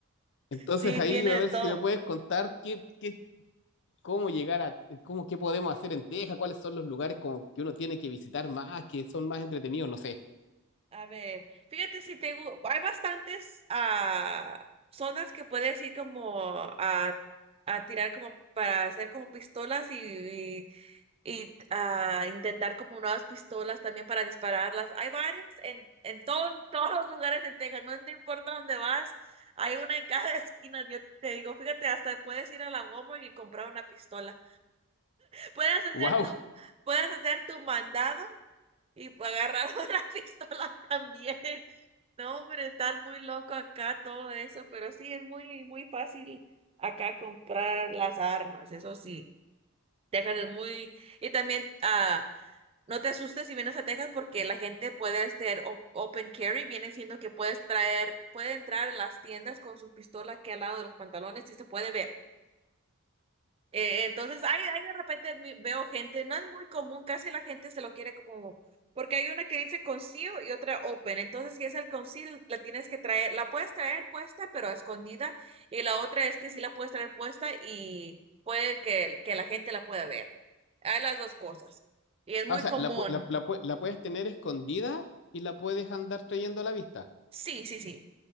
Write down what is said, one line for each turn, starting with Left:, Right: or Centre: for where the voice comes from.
Left: Entonces
Right: Sí,
Left: ahí
Right: tiene
Left: a
Right: de
Left: ver
Right: todo.
Left: si me puedes contar qué, qué, cómo llegar a, cómo, qué podemos hacer en Texas, cuáles son los lugares como que uno tiene que visitar más, que son más entretenidos, no sé.
Right: A ver, fíjate si te gu- hay bastantes ah, zonas que puedes ir como a, a tirar como para hacer como pistolas y y y ah, intentar como nuevas pistolas también para dispararlas. Hay varias en, en todo- <laughs> todos los lugares en Texas, no, no importa dónde vas, hay una en cada <laughs> esquina. Yo te digo, fíjate, hasta puedes ir a la Walmart y comprar una pistola. Puedes hacer
Left: ¡Wow!
Right: tu, puedes hacer tu mandado y agarrar <laughs> una pistola también. No, hombre, está muy loco acá todo eso, pero sí es muy, muy fácil acá comprar las armas, eso sí. Texas es muy, y también ah, no te asustes si vienes a Texas porque la gente puede ser o- open carry, viene siendo que puedes traer, puede entrar en las tiendas con su pistola aquí al lado de los pantalones y se puede ver. Eh, entonces, hay hay de repente mi- veo gente, no es muy común, casi la gente se lo quiere como, porque hay una que dice conceal y otra open. Entonces, si es el conceal, la tienes que traer, la puedes traer puesta, pero escondida, y la otra es que sí la puedes traer puesta y puede que, que la gente la pueda ver. Hay las dos cosas. Y es muy
Left: Ah, o sea,
Right: común.
Left: la, pu- la- la pu- la puedes tener escondida y la puedes andar trayendo a la vista.
Right: Sí, sí, sí.